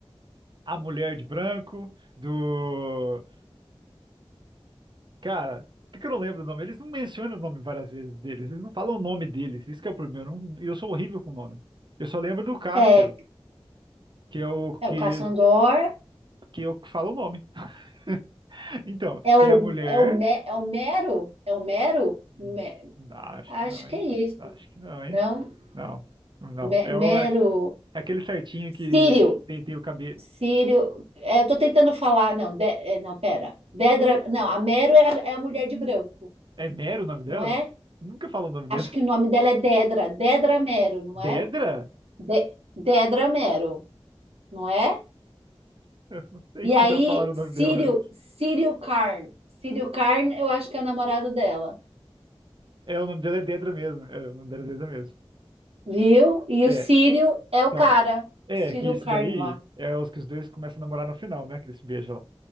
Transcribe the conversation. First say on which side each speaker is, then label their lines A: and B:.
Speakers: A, on the right; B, on the right.
A: a mulher de branco, do. Cara, por que que eu não lembro o nome? Eles não mencionam o nome várias vezes deles, eles não falam o nome deles, isso que é o problema. Eu, não- eu sou horrível com nome. Eu só lembro do Cássio,
B: É,
A: que é o que,
B: é o Caçandor,
A: que eu que falo o nome. <laughs> Então,
B: é o,
A: tem a mulher.
B: é o, Me- é o Mero, é o Mero, Me-
A: Hum, Acho
B: acho
A: que não, hein?
B: que é isso,
A: Acho que não, hein?
B: não?
A: Não, não.
B: Me-
A: É,
B: Mero,
A: o, é é aquele certinho
B: Círio,
A: que tem, tem o cabelo.
B: Círio, é, eu tô tentando falar, não, De- é, não, pera, Dedra, não, a Mero é, a é a mulher de branco,
A: É Nero o nome dela?
B: não é?
A: Nunca falo o nome dela.
B: Acho que o nome dela é Dedra, Dedra Mero, não
A: Dedra?
B: é? De- Dedra Mero, não é?
A: <laughs> Eu não sei
B: E
A: se
B: aí,
A: já falaram o
B: Círio,
A: nome dela.
B: Círio Carn, Círio Carn, eu acho que é o namorado dela.
A: É, o nome dela é Dedra mesmo. É, o nome dela é Dedra mesmo.
B: Viu? E o
A: É,
B: Círio é o
A: Então,
B: cara.
A: é
B: Círio
A: que isso
B: Carmo
A: daí
B: lá.
A: é os que os dois começam a namorar no final, né? Que eles se beijam lá.